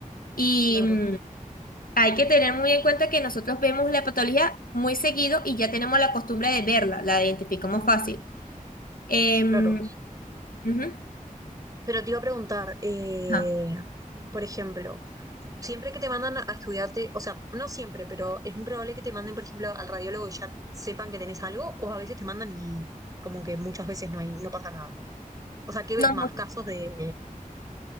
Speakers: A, on the left; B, on the right.
A: Y
B: claro,
A: mm, hay que tener muy en cuenta que nosotros vemos la patología muy seguido y ya tenemos la costumbre de verla, la identificamos fácil. Em,
B: claro.
A: ujú,
B: Pero te iba a preguntar, eh,
A: ajá.
B: por ejemplo, siempre que te mandan a estudiarte, o sea, no siempre, pero es muy probable que te manden, por ejemplo, al radiólogo y ya sepan que tenés algo, o a veces te mandan y como que muchas veces no hay, no pasa nada. O sea, ¿qué ves
A: No,
B: más
A: muy-
B: casos de,